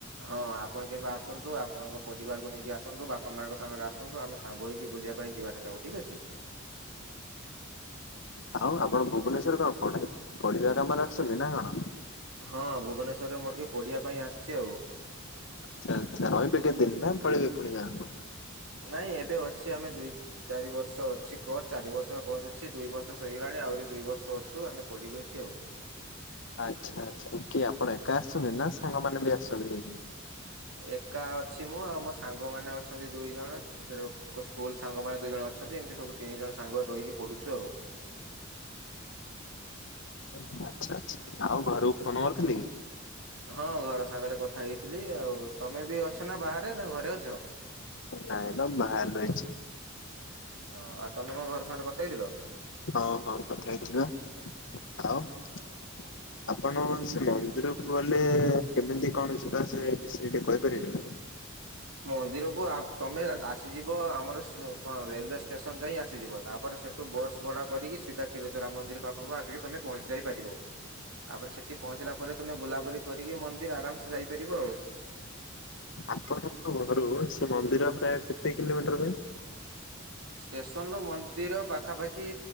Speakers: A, on the right; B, on the left.
A: ହଁ ଆପଣ କେବେ ଆସନ୍ତୁ ଆପଣଙ୍କ ପରିବାରକୁ ନେଇକି ଆସନ୍ତୁ ବାପା ମାଙ୍କ ସାଙ୍ଗରେ ଆସନ୍ତୁ ଆମେ ସାଙ୍ଗ ହେଇକି ବୁଲିବା ପାଇଁ ଯିବା ସେଇଟାକୁ ଠିକ୍ ଅଛି।
B: ଆଉ ଆପଣ ଭୁବନେଶ୍ଵର୍ ରେ କଣ ପ ପଢିବା କାମରେ ଆସୁଛନ୍ତି ନା କଣ?
A: ହଁ ଭୁବନେଶ୍ଵରରେ ମୁଁ ଟିକେ ପଢିବା ପାଇଁ ଆସିଛି ଆଉ।
B: ଆଚ୍ଛା ଆଚ୍ଛା ରହିବେ କେତେ ଦିନ୍ ନା ପଳେଇବେ ପୁଣିି ଗାଁ କୁ?
A: ନାଇଁ ଏବେ ଅଛି ଆମେ ଦୁଇ ଚାରି ବର୍ଷ ଅଛି କରଚ୍ ଚାରି ବର୍ଷ କସ୍ ଅଛି ଦୁଇ ବର୍ଷ ସରିଗଲାଣି ଆହୁରି ଦୁଇ ବର୍ଷ ଅଛୁ ଆମେ ପଡିବୁ ଏଠି ଆଉ।
B: ଆଚ୍ଛା ଆଚ୍ଛା କିଏ ଆପଣ ଏକା ଆସିଛନ୍ତି ନା ସାଙ୍ଗମାନେ ବି ଆସିଛନ୍ତି ନେଇ
A: ଏକା ଅଛି ମୁଁ ଆଉ ମୋ ସାଙ୍ଗ ମାନେ ଅଛନ୍ତି ଦୁଇ ଜଣ ସେଏ ତାଙ୍କ ସ୍କୁଲ ସାଙ୍ଗମାନେ ଦୁଇ ଜଣ ଅଛନ୍ତି ଏମିତି ସବୁ ତିନ୍ ଜଣ ସାଙ୍ଗ ରହିକି ପଢୁଛୁ ଆଉ।
B: ଆଚ୍ଛା ଆଚ୍ଛା ଆଉ ଘରକୁ ଫୋନ କରିଥିଲେ କି?
A: ହଁ ଘର ସାଙ୍ଗରେ କଥା ହେଇଥିଲି ଆଉ ତମେ ବି ଅଛ ନା ବାହାରେ ନା ଘରେ ଅଛ?
B: ନାଇଁ ନା ବାହାରେ ରହିଛି।
A: ହଁ ଆଉ ତମେ କଣ ଘରେ ସାଙ୍ଗ୍ ରେ କଥାହେଇଥିଲ?
B: ହଁ ହଁ କଥାହେଇ ଥିଲି ବା ଆଉ
A: ଅ ହ।
B: <unintelligible> ଆପଣଙ୍କ ସେ ମନ୍ଦିରକୁ ଗଲେ କେମିତି କଣ ଯିବା ଆସିବା ବିଷୟ ଟିକେ କହିପାରିବେନି?
A: ମନ୍ଦିରକୁ ଆପ୍ ତମେ ଏଣ୍ଟ ଆସିଯିବ ଆମର ସୁ କଣ ରେଲୱେ ଷ୍ଟେସନ୍ ଯାଇଁ ଆସିଯିବ। ତା ପରେ ସେଠୁ ବସ୍ ଭଡ଼ା କରିକି ସିଧା କ୍ଷୀରଚରା ମନ୍ଦିର ପାଖକୁ ଆସିକି ତମେ ପହଞ୍ଚି ଯାଇ ପାରିବ। ତା ପରେ ସେଠି ପହଁଞ୍ଚିଲା ପରେ ତୁମେ ବୁଲାବୁଲି କରିକି ମନ୍ଦିର ଆରାମ୍ସେ ଯାଇପାରିବ ଆଉ।
B: ଆପଣ? ତମ ଘରୁ ସେ ମନ୍ଦିର ପ୍ରାୟ କେତେ କିଲୋମିଟର ପାଇଁ?
A: ଷ୍ଟେସନ୍ଲୋ ମନ୍ଦିର ପାଖାପାଖି